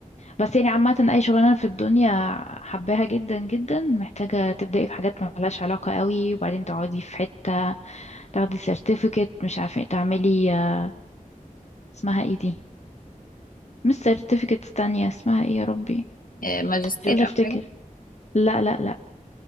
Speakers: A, on the left; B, on the left.
A: بس يعني عامة أي شغلانة في الدنيا حباها جدا جدا محتاجة تبدأي في حاجات ملهاش علاقة قوي وبعدين تقعدي في حتة تاخدي سيرتيفيكت مش عارفة إيه، تعملي آه، اسمها ايه دي مش سيرتيفيكت تانية اسمها ايه يا ربي
B: آه، ماجستير
A: مش قادرة افتكر
B: او حاجة
A: لا لا لا